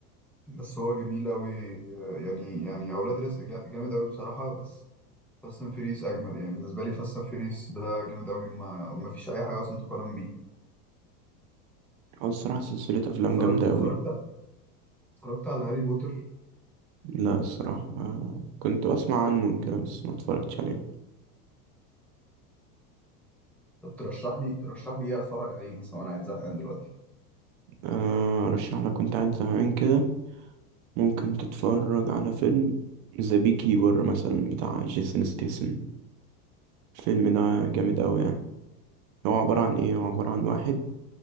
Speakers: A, in the centre; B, on the right.
A: بس هو جميل قوي آه، يعني يعني أولاد رزق جا- جامد قوي بصراحة بس فاست اند فيريس أجمد يعني بالنسبة لي فاست اند فيريس ده جامد قوي ما, ما فيش أي حاجة أصلا تقارن بيه
B: هو الصراحة سلسلة افلام
A: اتفرجت
B: جامدة
A: اتفرجت
B: قوي
A: اتفرجت على هاري بوتر
B: لا الصراحة ما كنت بسمع عنه كده بس ما اتفرجتش عليه
A: طب ترشح لي ترشح لي إيه أتفرج عليه مثلا وأنا قاعد زهقان دلوقتي
B: آه، ارشح لك كنت قاعد زهقان كده ممكن تتفرج على فيلم ذا بي كيبر مثلا بتاع جيسون ستيسن الفيلم ده جامد قوي يعني هو عبارة عن ايه هو عبارة عن واحد